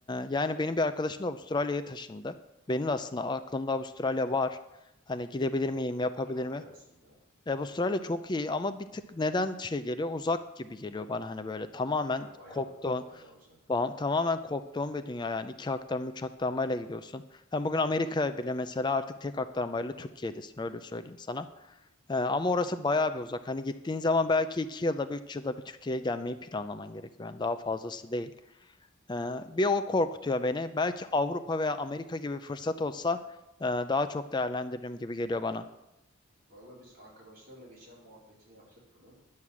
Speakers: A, on the left; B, on the right.
A: yani benim bir arkadaşım da Avustralya'ya taşındı. Benim de aslında aklımda Avustralya var. Hani gidebilir
B: Avustralya
A: miyim, yapabilir
B: çok
A: mi?
B: iyi aslında.
A: E, Avustralya çok iyi ama bir tık neden şey geliyor? Uzak gibi geliyor bana hani böyle tamamen
B: Yani bayağı
A: koptu.
B: uzak, bayağı uzak.
A: Bağım- tamamen koptuğum bir dünya yani iki aktarma üç aktarmayla gidiyorsun. Hem bugün Amerika'ya bile mesela artık tek aktarmayla Türkiye'desin öyle söyleyeyim sana. Ee, ama orası bayağı bir uzak. Hani gittiğin zaman belki iki yılda bir üç yılda bir Türkiye'ye gelmeyi planlaman gerekiyor. Yani daha fazlası değil. Ee, bir o korkutuyor beni. Belki Avrupa veya Amerika gibi fırsat olsa e, daha çok değerlendiririm gibi geliyor bana.
B: Valla biz arkadaşlarla geçen muhabbetini yaptık bunun.